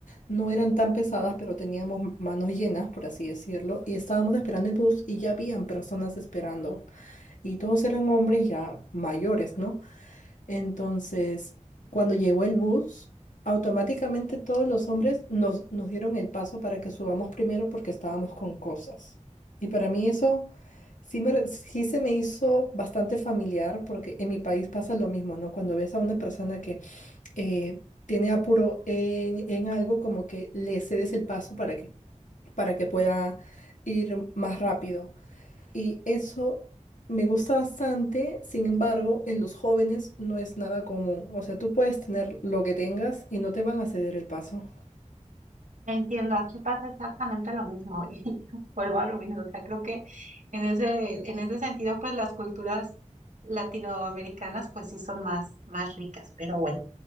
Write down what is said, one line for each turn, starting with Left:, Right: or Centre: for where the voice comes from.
Left: no eran tan pesadas, pero teníamos m- manos llenas, por así decirlo, y estábamos esperando el bus y ya habían personas esperando, y todos eran hombres ya mayores, ¿no? Entonces, cuando llegó el bus, automáticamente todos los hombres nos, nos dieron el paso para que subamos primero porque estábamos con cosas. Y para mí eso sí, me re- sí se me hizo bastante familiar porque en mi país pasa lo mismo, ¿no? Cuando ves a una persona que eh, tiene apuro en, en algo, como que le cedes el paso para que, para que pueda ir más rápido. Y eso me gusta bastante, sin embargo, en los jóvenes no es nada común. O sea, tú puedes tener lo que tengas y no te van a ceder el paso.
Right: Entiendo, aquí pasa exactamente lo mismo <laughs> y vuelvo a lo mismo, o sea, creo que en ese, en ese sentido, pues las culturas latinoamericanas, pues sí son más, más ricas, pero bueno.